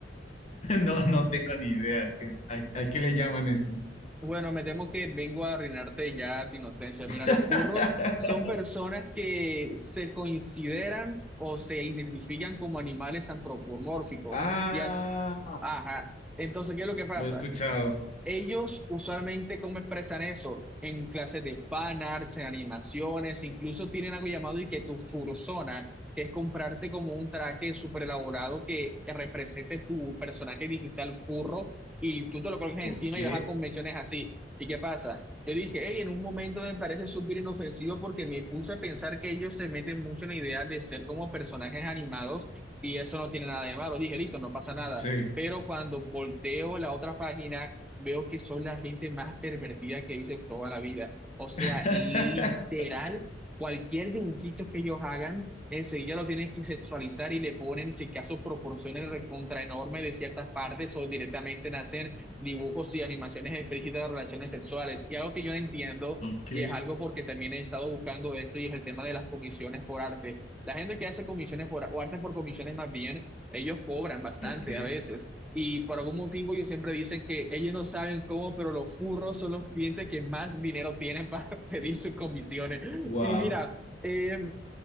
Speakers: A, on the left (about 40°); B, in the centre.
A: No, no tengo ni idea. ¿Qué- a, a qué le llaman eso?
B: Bueno, me temo que vengo a arruinarte ya tu inocencia. Mira,
A: <laughs>
B: los furros son personas que se consideran o se identifican como animales antropomórficos.
A: Ah,
B: Ya, ajá. Entonces, ¿qué es lo que pasa?
A: lo he escuchado.
B: Ellos usualmente, ¿cómo expresan eso? En clases de fan arts, en animaciones, incluso tienen algo llamado y que tu fursona, que es comprarte como un traje súper elaborado que represente tu personaje digital furro y tú te lo colocas
A: Ok.
B: encima y vas a convenciones así. ¿Y qué pasa? Yo dije, hey, en un momento me parece súper inofensivo porque me puse a pensar que ellos se meten mucho en la idea de ser como personajes animados y eso no tiene nada de malo. Dije, listo, no pasa nada.
A: Sí.
B: Pero cuando volteo la otra página veo que son la gente más pervertida que hice en toda la vida. O sea,
A: <laughs>
B: literal, cualquier dibujito que ellos hagan, enseguida lo tienen que sexualizar y le ponen, si acaso, proporciones recontra enorme de ciertas partes o directamente hacen dibujos y animaciones explícitas de relaciones sexuales. Y algo que yo no entiendo,
A: Ok.
B: y es algo porque también he estado buscando esto, y es el tema de las comisiones por arte. La gente que hace comisiones por, o arte por comisiones más bien, ellos cobran bastante
A: Ok.
B: a veces y por algún motivo ellos siempre dicen que ellos no saben cómo, pero los furros son los clientes que más dinero tienen para <laughs> pedir sus comisiones.
A: Wow.
B: Y mira, eh,